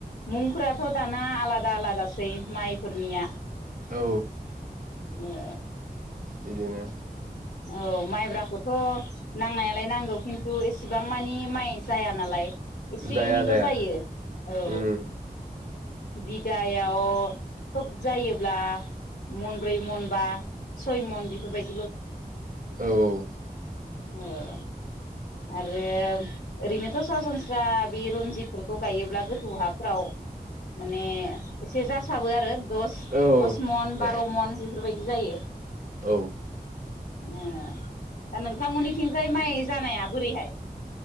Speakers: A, on the left; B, on the right.
A: मुंफोराथ' दाना आलादा दाला दासै माइफोरनिया
B: औ
A: ए
B: बिदिनो
A: औ माइब्राखौ थ' नांनायालाय नांगौ खिन्थु एसेबां मानि माइ जाया नालाय एसे
B: जाया
A: एनैल'
B: जाया
A: जायो औ
B: उम
A: बिगायाव थोब जायोब्ला मनब्रै मन बा सय मन बेफोरबायदि
B: औ
A: औ आरो ओरैनोथ' सरासनस्रा बे रनजित खौ गायोब्ला गोथौ हाफोराव माने एसे जासाबो आरो दस
B: औ
A: दस मन
B: जायो
A: बार' मन बेफोरबायदि बिदि जायो।
B: औ
A: ओ दा नोंथांमोननिथिंजाय माइ जानाया? बोरैहाय